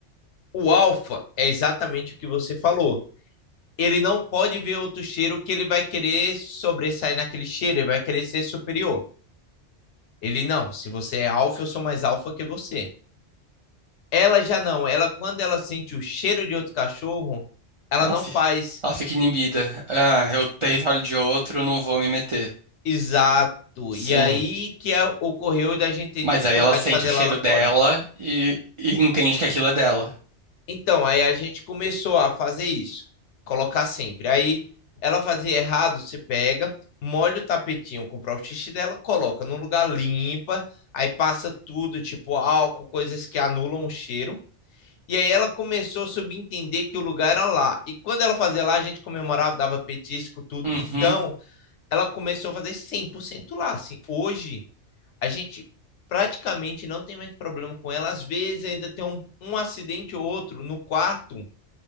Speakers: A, on the left; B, on the right.
A: O alfa é exatamente o que você falou. Ele não pode ver outro cheiro que ele vai querer sobressair naquele cheiro, ele vai querer ser superior. Ele não, se você é alfa, eu sou mais alfa que você. Ela já não, ela quando ela sente o cheiro de outro cachorro, ela
B: Ela
A: não
B: fica,
A: faz
B: ela fica inibida. Ah, é o território de outro, não vou me meter.
A: exato.
B: Sim.
A: E aí que a- ocorreu da gente ter
B: Mas
A: dificuldade
B: aí ela sente
A: de fazer
B: o cheiro
A: ela lá
B: dela
A: fora.
B: e, e entende que aquilo é dela.
A: Então, aí a gente começou a fazer isso, colocar sempre. Aí ela fazia errado, você pega, molha o tapetinho com o próprio xixi dela, coloca num lugar limpa, aí passa tudo, tipo álcool, coisas que anulam o cheiro. E aí ela começou a subentender que o lugar era lá. E quando ela fazia lá, a gente comemorava, dava petisco, tudo.
B: Uhum.
A: Então, ela começou a fazer 100% lá, assim. Hoje, a gente praticamente não tem mais problema com ela. Às vezes ainda tem um, um acidente ou outro no quarto,